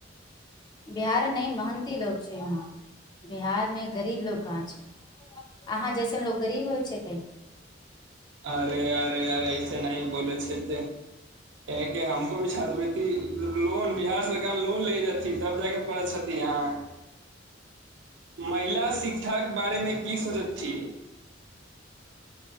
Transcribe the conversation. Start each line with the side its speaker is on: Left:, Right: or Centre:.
Left: बिहार ने महन्ती लोग छै यहा बिहार मे गरीब लोग कहाँ छै अहाँ जैसन लोग गरीब होइ छै कही
Right: अरे अरे अरे ऐसे नहि बोलै छै त एक हमको भि छात्रवृति लोन बिहार सरकार लोन ले जाती तब जाके पै छथि अहाँ
Left: <inaudible>
Right: महिला शिक्षाक बारेमे की सोचैत छी